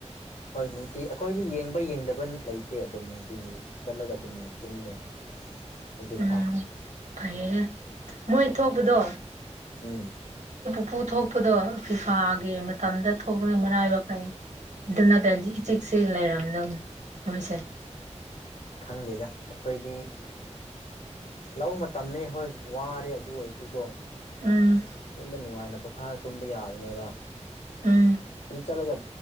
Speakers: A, on the left (about 70°); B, on the right (about 80°).
A: ꯍꯣꯏ ꯅꯨꯡꯇꯤ ꯑꯩꯈꯣꯏꯗꯤ ꯌꯦꯡꯕ ꯌꯦꯡꯗꯕ ꯂꯩꯇꯦ ꯑꯗꯨꯝ ꯅꯨꯡꯇꯤꯒꯤ ꯆꯠꯂꯒ ꯑꯗꯨꯝ ꯇꯨꯝꯃꯦ ꯍꯧꯖꯤꯛꯐꯥꯎ
B: ꯎꯝ ꯐꯩꯌꯦ ꯃꯣꯏ ꯊꯣꯛꯄꯗꯣ
A: ꯎꯝ
B: ꯎꯄꯨ ꯊꯣꯛꯄꯗꯣ ꯀꯤꯀꯥꯒꯤ ꯃꯇꯝꯗ ꯊꯣꯛꯄꯒꯤ ꯃꯔꯅꯥꯏꯕ ꯐꯩ ꯑꯗꯨ ꯅꯠꯇ꯭ꯔꯗꯤ ꯏꯆꯤꯛꯁꯤ ꯂꯩꯔꯝꯗꯧꯅꯤ ꯃꯣꯏꯁꯦ
A: ꯈꯪꯗꯦꯗ ꯑꯩꯈꯣꯏꯗꯤ ꯂꯧ ꯃꯇꯝꯅꯦ ꯍꯣꯏ ꯋꯥꯔꯦ ꯑꯗꯨ ꯑꯣꯏꯔꯁ ꯑꯗꯨꯀꯣ
B: ꯎꯝ
A: ꯌꯨꯝꯗ ꯅꯨꯡꯉꯥꯏꯅ ꯄꯣꯊꯥꯔ ꯇꯨꯝꯕ ꯌꯥꯕꯅꯦꯕ
B: ꯎꯝ
A: ꯆꯂꯦꯒ